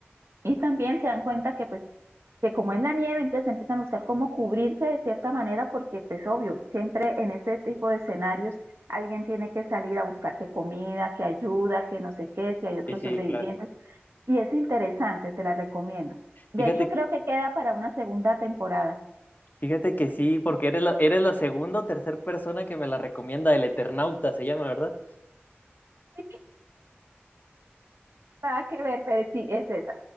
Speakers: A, on the right; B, on the left.
A: y también se dan cuenta que pues que como es la nieve, entonces empiezan a buscar cómo cubrirse de cierta manera, porque pues obvio, siempre en este tipo de escenarios alguien tiene que salir a buscar que comida, que ayuda, que no sé qué, si hay otros
B: Sí, sí,
A: sobrevivientes,
B: claro.
A: y es interesante, te la recomiendo. De
B: Fíjate,
A: hecho, creo que queda para una segunda temporada.
B: fíjate que sí, porque eres la, eres la segunda o tercera persona que me la recomienda, el Eternauta se llama, ¿verdad?
A: Sí, Nada que ver, pero sí, es esa.